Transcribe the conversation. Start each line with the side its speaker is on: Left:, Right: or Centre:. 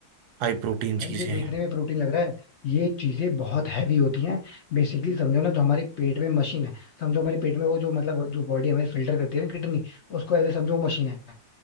Right: हाई प्रोटीन
Left: भाई
Right: चीजें
Left: ये देखने
Right: हैं
Left: में प्रोटीन लग रहा है ये चीजें बहुत हैवी होती हैं बेसिकली समझो ना जो हमारे पेट में मशीन है समझो हमारे पेट में वो जो मतलब जो बॉडी हमें फिल्टर करती है ना किडनी उसको ऐसे समझो वो मशीन है